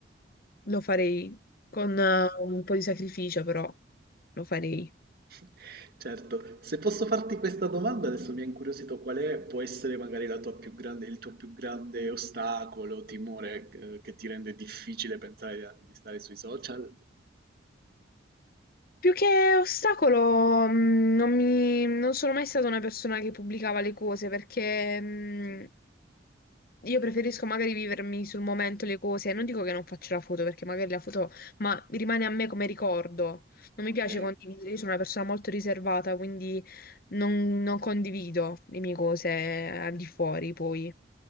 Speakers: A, on the left; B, on the right.
A: lo farei con eh, un po' di sacrificio, però lo farei.
B: <laughs> Certo, se posso farti questa domanda, adesso mi ha incuriosito qual è, può essere magari la tua più grande, il tuo più grande ostacolo, timore, eh, che ti rende difficile pensare di, di stare sui social?
A: Più che ostacolo, mh, non mi- non sono mai stata una persona che pubblicava le cose perché mh,
B: Sì.
A: io preferisco magari vivermi sul momento le cose. Non dico che non faccio la foto perché magari la foto, ma rimane a me come ricordo. Non
B: Ok.
A: mi piace condividere, io sono una persona molto riservata, quindi non, non condivido le mie cose al di fuori poi.